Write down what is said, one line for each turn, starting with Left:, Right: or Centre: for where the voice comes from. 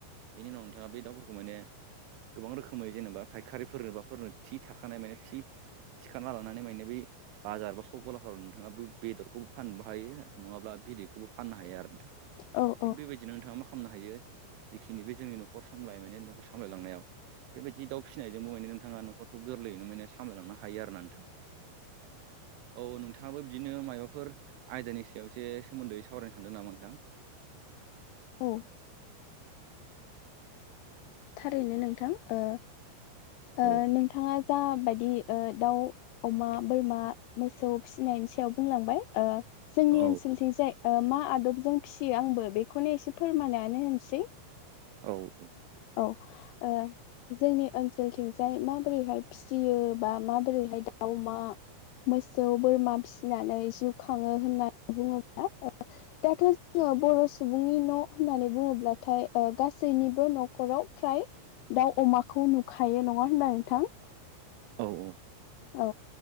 Right: बेनि उनाव नोंथांङा बे दाउफोरखौ माने गोबां रोखोमै जेनेबा फायखारिफोरनो बा फोरनो थि थाखानाय माने थि थिखांना लानानै माने बै बाजार बा सक गलाफोराव नोंथांङा बे बेदरखौबो फाननोबो हायो नंङाब्ला बिदैखौबो फाननो हायो आरो नोंथां
Left: औ
Right: थिग
Left: औ
Right: बेबायदिनो थांङा मा खालामनो हायो जिखिनि बे जोंनि न'खर सामलाय माने न'खर सामलायलांनायाव बेबायदि दाउ फिसिनायजोंबो नोंथांङा न' न'खरखौ गोरलैयैनो माने सामलायलांनो हायो आरो ना नोंथां। औ नोंथांङाबो बिदिनो माबाफोर आयदानि सायावसो सोमोन्दै सावरायनो सानदों नामा नोंथां?
Left: औ थारैनो नोंथां ओ ओ
Right: औ
Left: नोंथांङा जाबायदि ओ दाउ अमा, बोरमा, मोसौ फिनायनि सायाव बुंलांबाय ओ जोंनि
Right: औ
Left: ओनसोलथिं जाय ओ मा आदबजों फिसियो आंबो बेखौनो एसे फोरमानानै होनसै।
Right: औ
Left: औ ओ जोंनि ओनसोलथिंजाय माबोरैहाय फिसियो बा माबोरैहाय दाउ अमा मोसौ, बोरमा फिसिनानै जिउ खांङो होननानै बुंङोब्ला ओ दाथ' जोंङो बर' सुबुंनि न' होननानै बुंङोब्लाथाय गासैनिबो न' खराव फ्राय दाउ अमाखौ नुखायो नंङा होनबा नोंथां?
Right: औ औ
Left: औ